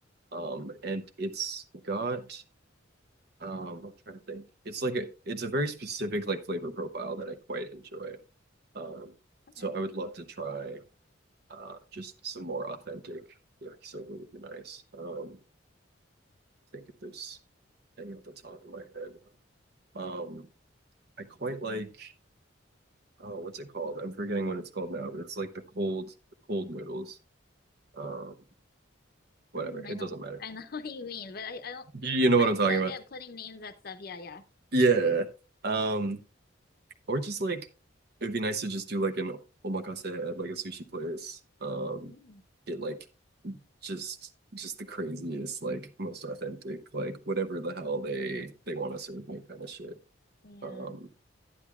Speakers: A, on the right; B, on the left.
A: Um, and it's got um, I'm trying to think. It's like a it's a very specific like flavor profile that I quite enjoy. Um,
B: Okay.
A: so I would love to try uh just some more authentic yakisoba would be nice. Um, think if there's any off the top of my head. Um, I quite like, oh, what's it called? I'm forgetting what it's called now, but it's like the cold, the cold noodles. Um, whatever.
B: Mm, I
A: It
B: know.
A: doesn't matter.
B: I
A: <laughs>
B: know <laughs> what you mean, but I, I don't
A: You know what
B: I
A: I'm
B: suck
A: talking about.
B: at putting names at stuff. Yeah, yeah.
A: Yeah. Um, or just like, it'd be nice to just do like an omakase at like a sushi place. Um,
B: Mm,
A: get like just just the craziest, like most authentic, like whatever the hell they they want to serve me kind of shit.
B: yeah.
A: Um,